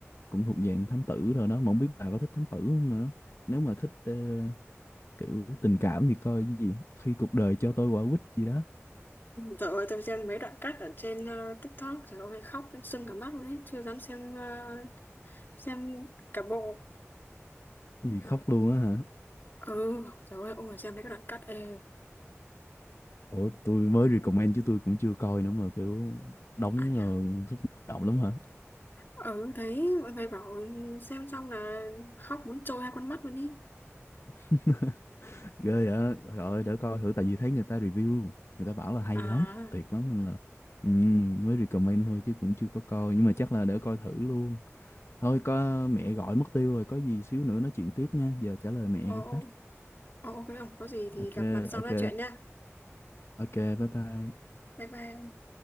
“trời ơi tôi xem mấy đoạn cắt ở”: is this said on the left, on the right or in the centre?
Left